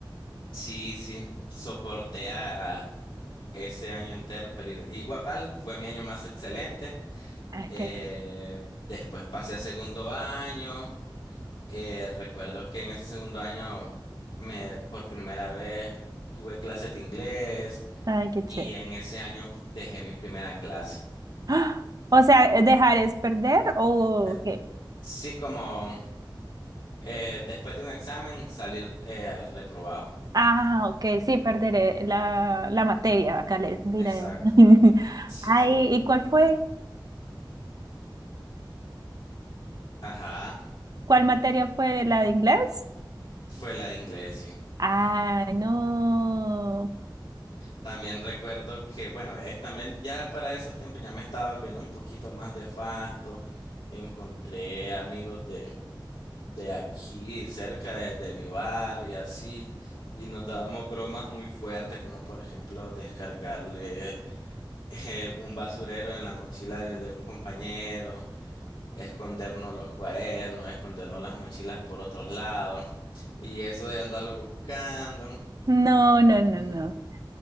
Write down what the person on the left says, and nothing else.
Sí, sí, soporté a, a ese año entero, pero igual fue mi año más excelente.
Eh,
después pasé a segundo año. Eh, recuerdo que en ese segundo año me por primera vez tuve clases de inglés
y en ese año dejé mi primera clase.
Pero
sí, como eh, después de un examen salir eh, reprobado.
Exacto.
Sí.
sí.
Ajá.
Fue la de inglés, sí.
También recuerdo que, bueno, eh, también ya para esos tiempos ya me estaba volviendo un poquito más de facto. Encontré amigos de de aquí, cerca de, de mi bar y así. Y nos dábamos bromas muy fuertes, como por ejemplo descargarle eh, un basurero en la mochila de, de un compañero, escondernos los cuadernos, escondernos las mochilas por otros lados. Y eso de andarlo buscando.
<clears throat>